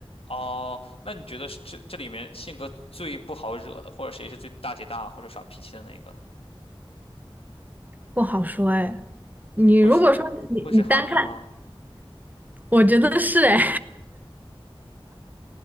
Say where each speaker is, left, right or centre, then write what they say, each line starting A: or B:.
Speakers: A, on the left; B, on the right.
A: 哦，那你觉得是这这里面性格最不好惹的，或者谁是最大姐大或者耍脾气的那一个呢？
B: 不好说哎，你如果说你你单看，
A: 会是会是哈尼吗？
B: 我觉得是哎，